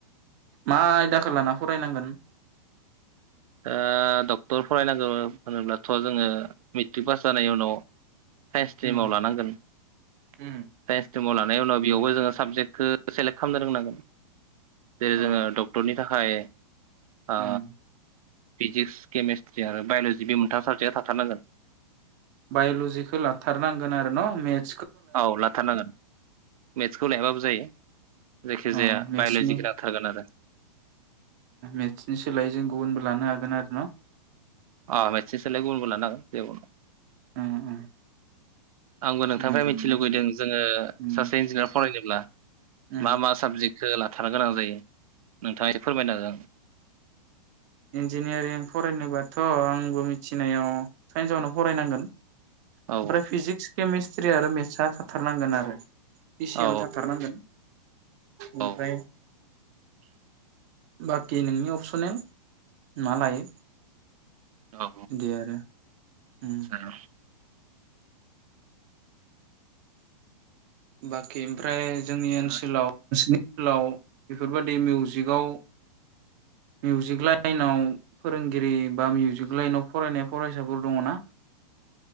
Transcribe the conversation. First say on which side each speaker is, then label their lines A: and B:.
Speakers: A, on the right; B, on the right.
A: मा आयदाखौ लाना फरायनांगोन
B: दा डक्टर फरायनांगौ होनोब्लाथ' जोङो मेट्रिक पास जानायनि उनाव साइन्स स्ट्रिमाव
A: उम
B: लानांगोन
A: उम
B: साइन्स स्ट्रिमाव लान उनाव बेयावबो जोङो साबजेक्टखौ सेलेक्ट खालामनो रोंनांगोन जेरै
A: अ
B: जोङो डक्टरनि थाखाय आ
A: उम
B: फिजिक्स केमेस्ट्रि आरो बाय'ल'जि बे मोनथाम साबजेक्टआ थाथारनांगोन।
A: बायल'जिखौ लाथारनांगोन आरो न' मेथ्स
B: औ लाथारनांगोन मेथ्सखौ लायाबाबो जायो। जायखिजाया
A: अ मेटसनि
B: बाय'ल'जिखौ नांथारगोन आरो
A: मेटसनि सोलायै जों गुबुनबो लानो हागोन गोन आरो न
B: अ मेट्रिकसोलाय गुबुनबो लानो हागोन जेबो नङा
A: उम उम
B: आंबो नोंथांनिफ्राय
A: मोजाङानो
B: मिथि लुुबैदों जोङो
A: उम
B: सासे इन्जिनियार फरायनोब्ला
A: उम
B: मा मा साबजेक्ट सो लाथारानो गोनां जायो। नोंथाङा एसे फोरमायनो हागोन
A: इन्जिनियारिं फरायनोबाथ आंबो मिथिनायाव साइन्सआवनो फरायनांगोन।
B: हागोन
A: फ्राय फिजिक्स केमेस सिरि आरो मेससा थाथारनांगोन आरो। इसेयाम
B: औ
A: थाथारनांगोन। ओमफ्राय।
B: औ
A: बाखि नोंनि अपसनेल मा लायो
B: औ
A: दे आरो
B: <unintelligible>
A: उम बाखि ओमफ्राय जोंनि ओनसोलाव
B: औ
A: नोंसिनि स्कुलाव बेफोरबायदि मिउजिकआव मिउजिक लाइनाव फोरोंगिरि बा मिउजिक लाइनाव फरायनाय फरायसाफोर दङना।